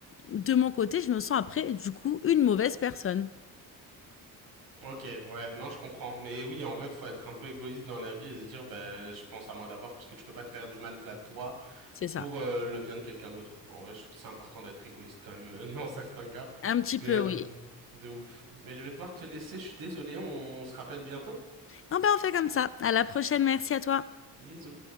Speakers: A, on the left; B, on the right.
A: de mon côté, je me sens après, du coup, une mauvaise personne.
B: Ok, ouais, non, je comprends. Mais oui, en vrai, faut être un peu égoïste dans la vie et se dire, bah, je pense à moi d'abord, parce que tu peux pas te faire du mal à toi
A: C'est ça.
B: pour euh, le bien de quelqu'un d'autre. En vrai, je trouve c'est important d'être égoïste quand même euh, <laughs> dans certains cas.
A: Un petit
B: Mais
A: peu, oui.
B: euh, de ouf. Mais je vais devoir te laisser, je suis désolé, on se rappelle bientôt.
A: Ah ben, on fait comme ça. À la prochaine, merci à toi.
B: Bisous.